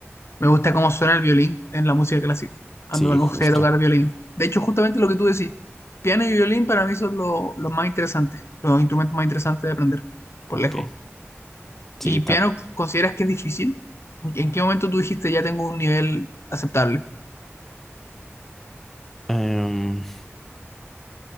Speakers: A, on the left; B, in the centre.
A: Me gusta cómo suena el violín en la música clásica. A
B: Sí,
A: mí igual
B: justo.
A: me gustaría tocar violín. De hecho, justamente lo que tú decís, piano y violín para mí son lo- los más interesantes, los instrumentos más interesantes de aprender, por
B: Ok,
A: lejos. ¿Y
B: sí, ta-
A: piano consideras que es difícil? ¿En en qué momento tú dijiste ya tengo un nivel aceptable?
B: em,